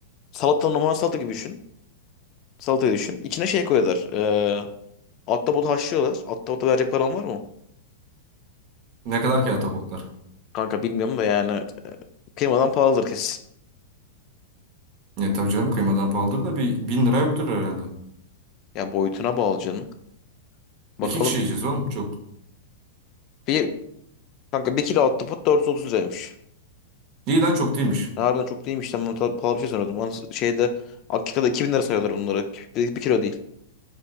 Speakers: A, on the left; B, on the right.
A: Salata normal salata gibi düşün. Salatayı düşün. İçine şey koyuyorlar. ee, Ahtapot haşlıyorlar. Ahtapota verecek param var mı?
B: Ne kadar ki ahtapotlar?
A: Kanka bilmiyorum da yani kıymadan pahalıdır kesin.
B: Ne tabii canım kıymadan pahalıdır da bir bin lira yoktur herhalde.
A: Ya boyutuna bağlı canım. Bakalım.
B: İki kişi yiyeceğiz oğlum çok.
A: Bir, kanka bir kilo ahtapot 430 liraymış.
B: İyi lan çok değilmiş.
A: Ya Harbiden çok değilmiş. Ben bunu ta- pahalı bir şey sanıyordum. Bana şeyde Akika'da 2000 lira sayıyorlar bunları. Bir, bir kilo değil.